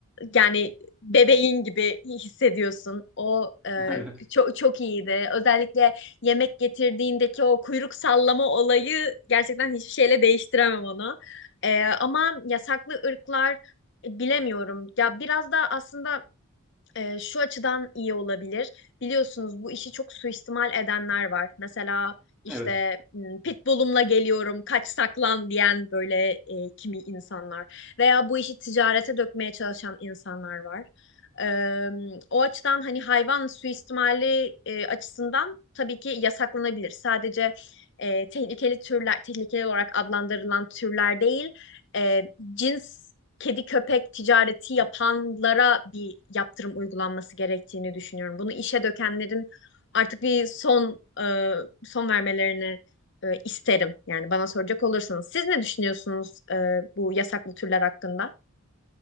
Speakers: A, on the left; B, in the centre.
A: yani bebeğin gibi hissediyorsun. O e,
B: <laughs> Evet,
A: çok çok iyiydi. Özellikle yemek getirdiğindeki o kuyruk sallama olayı gerçekten hiçbir şeyle değiştiremem onu. Ee, ama yasaklı ırklar e, bilemiyorum. Ya biraz da aslında e, şu açıdan iyi olabilir. Biliyorsunuz bu işi çok suistimal edenler var. Mesela işte
B: evet.
A: m, pitbullumla geliyorum, kaç saklan diyen böyle e, kimi insanlar veya bu işi ticarete dökmeye çalışan insanlar var. Eee, o açıdan hani hayvan suistimali e, açısından tabii ki yasaklanabilir. Sadece e, tehlikeli türler, tehlikeli olarak adlandırılan türler değil, e, cins kedi köpek ticareti yapanlara bir yaptırım uygulanması gerektiğini düşünüyorum. Bunu işe dökenlerin artık bir son e, son vermelerini e, isterim. Yani bana soracak olursanız siz ne düşünüyorsunuz e, bu yasaklı türler hakkında?